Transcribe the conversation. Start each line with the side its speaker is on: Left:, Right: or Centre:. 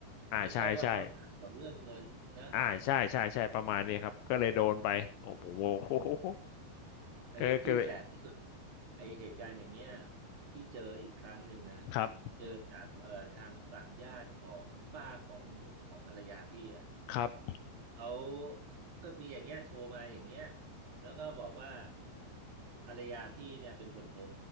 Left: อ่าใช่ใช่
Right: ไม่ใช่ว่าเขาขัดสนเรื่องเงินนะ
Left: อ่าใช่ใช่ใช่ประมาณนี้ครับก็เลยโดนไปโอ้โห <laughs> โอ้โห
Right: ไอ้ที่แสบที่สุด
Left: ก็ก็เลย
Right: ไอ้เหตุการณ์อย่างเงี้ยพี่เจออีกครั้งหนึ่งนะ
Left: ครับ
Right: เจอจากเอ่อทางฝั่งญาติของป้าของของภรรยาพี่อ่ะ
Left: ครับ
Right: เขาก็มีอย่างเงี้ยโทรมาอย่างเงี้ยแล้วก็บอกว่า ภรรยาพี่เนี่ยเป็นคนโทร